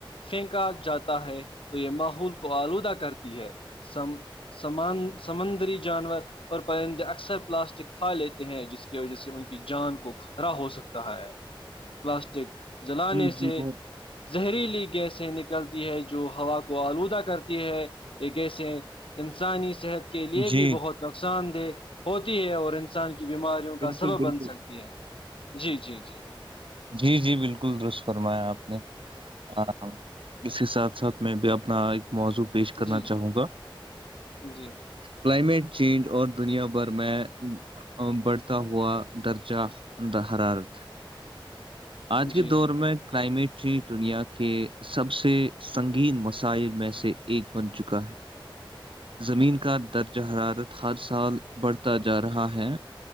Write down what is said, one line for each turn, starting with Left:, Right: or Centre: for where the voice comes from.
Left: پھینکا جاتا ہے تو یہ ماحول کو آلودہ کرتی ہے سم سمان سمندری جانور اور پرندے اکثر پلاسٹک کھا لیتے ہیں جس کی وجہ سے ان کی جان کو خطرا ہو سکتا ہے پلاسٹک جلانے
Right: جی جی
Left: سے
Right: بہت
Left: زہریلی گیسیں نکلتی ہے جو ہوا کو آلودہ کرتی ہے ایک ایسے ہیں انسانی صحت کے لیے
Right: جی
Left: بھی بہت نقصان دہ ہوتی ہے اور انسان کی بیماریوں کا
Right: بالکل
Left: سبب
Right: بالکل
Left: بن سکتی ہے جی جی جی
Right: جی جی بالکل درست فرمایا آپ نے ہ اس کے ساتھ ساتھ میں بھی اپنا ایک موضوع پیش کرنا
Left: جی
Right: چاہوں گا
Left: جی جی
Right: کلائمیٹ چینج اور دنیا بھر میں بڑھتا ہوا درجہ اندہ حرارت آج
Left: جی
Right: کے دور میں کلائمیٹ چینج دنیا کے سب سے سنگین مسائل میں سے ایک بن چکا ہے زمین کا درج حرارت ہر سال بڑھتا جا رہا ہے